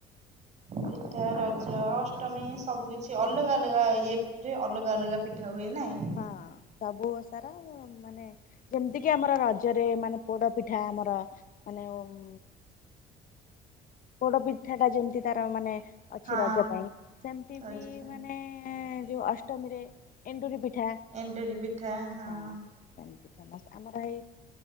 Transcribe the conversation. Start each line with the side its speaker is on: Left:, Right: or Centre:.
Right: ପିଠା, ରଜ, ଅଷ୍ଟମୀ ସବୁ କିଛି ଅଲଗା ଅଲଗା ଇଏ। ରେ ଅଲଗା ଅଲଗା ପିଠା ହୁଏ ନାଇଁକି?
Left: ହଁ ସବୁ ଓଷାରା ମା ମାନେ ଯେମ୍ତିକି ଆମର ରଜରେ ମାନେ ପୋଡ ପିଠା ଆମର ମାନେ ଓମ୍ ପୋଡ଼ପିଠା ଟା ଯେମ୍ତି ତାର ମାନେ ଅଛି
Right: ହଁ
Left: ରଜ ପାଇଁ ସେମ୍ତି
Right: ରଜ
Left: ବି
Right: ପାଇଁ
Left: ମାନେ ଯୋଉ ଅଷ୍ଟମୀରେ। ଏଣ୍ଡୁରି ପିଠା ହଁ।
Right: ଏଣ୍ଡୁରି ପିଠା ହଁ।
Left: ସେମ୍ତି ଫେମସ୍, ଆମର ହେଇ